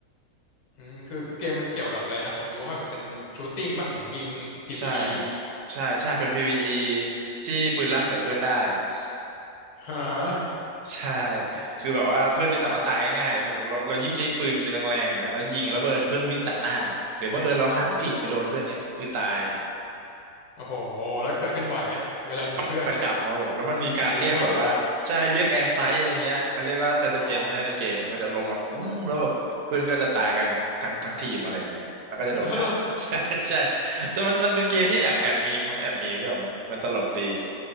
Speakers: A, on the left; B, on the right.
A: อืมคือคือเกมมันเกี่ยวกับอะไรนะผมรู้ว่าแบบเป็นชูตติ้งป่ะเหมือนยิง PVE
B: ใช่ครับใช่ใช่เป็น PVE ที่ปืนลั่นใส่เพื่อนได้ <laughs>
A: ฮะ
B: ใช่คือแบบว่าเพื่อนที่สามารถตายง่ายๆเลยคือเราเรายิ่งใช้ปืนแรงๆอะฮะแล้วยิงแล้วบังเอิญเพื่อนวิ่งตัดหน้าหรือบังเอิญเราหันผิดไปโดนเพื่อนเนี้ยคือตาย
A: โอ้โหแล้วเกิดขึ้นบ่อยไหมเวลายิงเพื่อนเนี่ย
B: ประประจำครับผมแล้วมันมีการเรียกแบบว่าใช่เรียกแอร์สไตล์อะไรเงี้ยเขาเรียกว่าสเตเจมเนี่ยในเกมมันก็จะลงมาตุ้มแล้วแบบเพื่อนก็จะตายกันทั้งทั้งทั้งทีมอะไรเงี้ยแล้วก็จะโดนด่า
A: ประจำเลยเหรออ๋อแล้วเหรอ
B: <laughs> ใช่ใช่แต่มันมันเป็นเกมที่แอบแอบมีมครับแอบมีมใช่ป่ะมันมันตลกดี